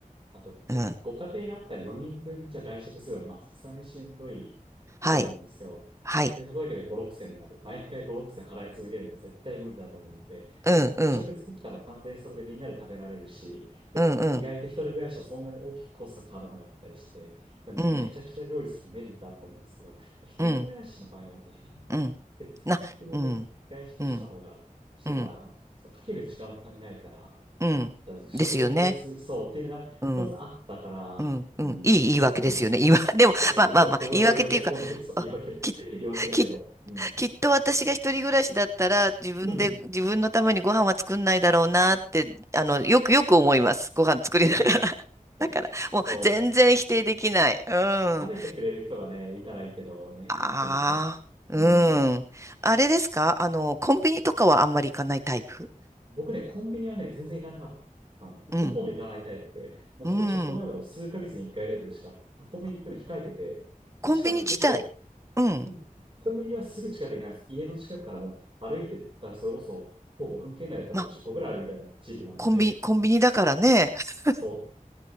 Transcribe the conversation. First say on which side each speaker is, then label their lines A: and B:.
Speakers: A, on the right; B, on the right.
A: あと、で、
B: うん。
A: ご家庭があったら4人分じゃ外食するのは、まあ、さすがにしんどい
B: はい。
A: と思うんですよ。
B: はい。
A: で、そこだけで5、6千になる。毎回5、6千払い続けるのは絶対無理だと思うので、
B: うんうん。
A: で、一食作ったら完全にそれでみんなで食べられるし、で、
B: うんうん
A: 意外と一人暮らしとそんなに大きくコスト変わらなかったりして、でめちゃくちゃ料理するメリットあると思うんですけど、
B: うん
A: 一人暮らしの場合はね、
B: うんうんなうん
A: で節約目で外食した方が、
B: うん
A: してたら、
B: うん
A: まあそのかける時間を考えたら、
B: うんですよね。
A: で食材無駄にする、そう、っていうのが一つあったから、
B: うんうんうんいい言い訳ですよね。
A: うん、っていうのはね。
B: 言いわ <laughs> でもまあまあまあ言い訳っていうかあき、
A: そう、いや、ほら、これ言い訳、本当に、そう、言い訳、言い訳だけど、
B: き、
A: うん。
B: きっと私が一人暮らしだったら自分で自分のためにご飯は作んないだろうなってあのよくよく思います。
A: うん
B: ご飯作りなが
A: いや <laughs>
B: ら <laughs>
A: そ
B: もう全然否定できない。うん。あ
A: う、食べてくれる人がね、いたらいいけどね、
B: あう
A: っていうのはね。うん。
B: んあれですかあのコンビニとかはあんまり行かないタイプ
A: 僕ね、コンビニはね、全然行かなかった。
B: うん
A: ほとんど行かないタイプで、もうそこちょっと前までも数ヶ月に一回レベルしか、
B: うん。
A: コンビニ行くの控えてて、
B: コンビニ自体、
A: 近く結構、
B: うん。
A: うんコンビニはすぐ近くにあります。家の近くからもう歩いてったら、それこそ、徒歩5分圏内だったら多分10個ぐらいあるみたいな地域なので、
B: まあ、コンビ、コンビニだからね。<laughs>
A: <laughs> そ